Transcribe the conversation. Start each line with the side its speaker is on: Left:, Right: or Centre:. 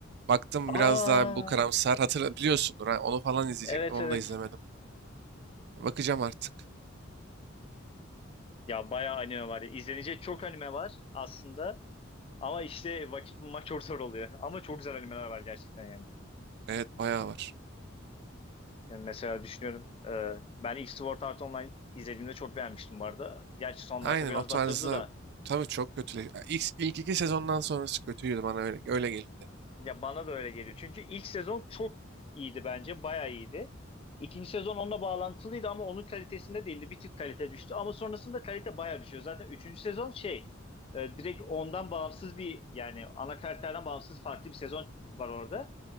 Right: Baktım
Left: <laughs> Aa,
Right: biraz daha bu karamsar. Hatırla biliyorsundur. ha, Onu falan izleyecektim.
Left: evet
Right: Onu
Left: evet.
Right: da izlemedim. E, Bakacağım artık.
Left: Ya bayağı anime var. ya. İzlenecek çok anime var aslında. Ama işte vakit bulmak çok zor oluyor. Ama çok güzel animeler var gerçekten yani.
Right: Evet bayağı var.
Left: Yani mesela düşünüyorum. e, ben ilk Sword Art Online izlediğimde çok beğenmiştim bu arada. Gerçi sonlarda
Right: Aynen
Left: biraz
Right: o tarzda
Left: batırdı da.
Right: tabii çok kötü. İlk, ilk iki sezondan sonrası kötüydü bana öyle, öyle geliyor.
Left: Ya bana da öyle geliyor. Çünkü ilk sezon çok iyiydi bence. Bayağı iyiydi. İkinci sezon onunla bağlantılıydı ama onun kalitesinde değildi. Bir tık kalite düştü ama sonrasında kalite bayağı düşüyor. Zaten üçüncü sezon şey e, direkt ondan bağımsız bir yani ana karakterden bağımsız farklı bir sezon var orada.